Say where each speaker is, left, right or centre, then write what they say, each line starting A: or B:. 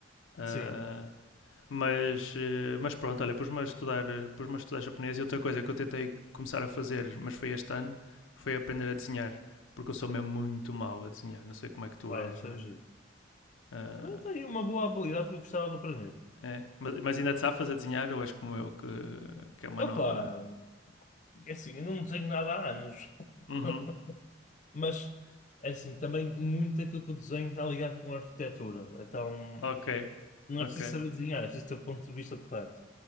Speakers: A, on the left; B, on the left.
A: Ah,
B: Sim,
A: Mas, eh, mas pronto, olha, pus-me a estudar, eh, pus-me a estudar japonês e outra coisa que eu tentei começar a fazer, mas foi este ano, foi aprender a desenhar, porque eu sou mesmo muito mau a desenhar, não sei como é que tu
B: olha,
A: és,
B: isso
A: mas,
B: é giro.
A: ah,
B: Também tem uma boa habilidade que eu gostava de aprender.
A: é. Mas, mas ainda te safas a desenhar ou és como eu que, que é uma
B: Opa!
A: noda mesmo?
B: É assim, eu não desenho nada há anos,
A: Uhum,
B: <laughs> mas é assim, também muito aquilo que eu desenho está ligado com a arquitetura. Então
A: ok,
B: não
A: ok.
B: é preciso saber desenhar, é preciso ter o ponto de vista correto.